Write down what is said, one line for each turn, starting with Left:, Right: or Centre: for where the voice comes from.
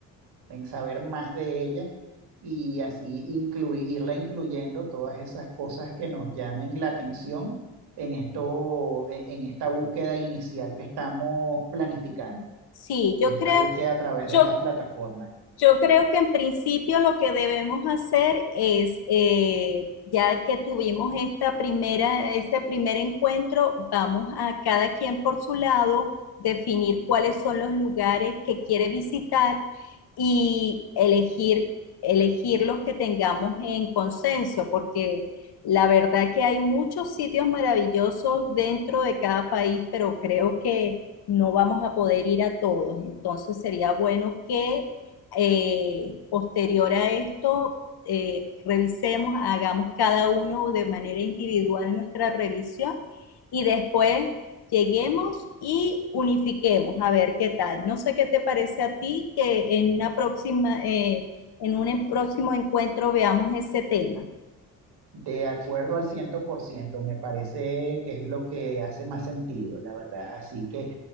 Right: en saber más de ella y así inclui- irla incluyendo todas esas cosas que nos llamen la atención en esto, en en esta búsqueda inicial que estamos planificando,
Left: Sí,
Right: en
Left: yo
Right: esta
Left: creo,
Right: búsqueda a través
Left: yo
Right: de estas plataformas.
Left: Yo creo que en principio lo que debemos hacer es, eh, ya que tuvimos esta primera, este primer encuentro, vamos a cada quien por su lado definir cuáles son los lugares que quiere visitar y elegir, elegir los que tengamos en consenso, porque la verdad que hay muchos sitios maravillosos dentro de cada país, pero creo que no vamos a poder ir a todos. Entonces sería bueno que eh, posterior a esto, eh, revisemos, hagamos cada uno de manera individual nuestra revisión y después lleguemos y unifiquemos a ver qué tal. No sé qué te parece a ti que en una próxima, eh, en un próximo encuentro veamos ese tema.
Right: De acuerdo al ciento por ciento me parece que es lo que hace más sentido, la verdad. Así que,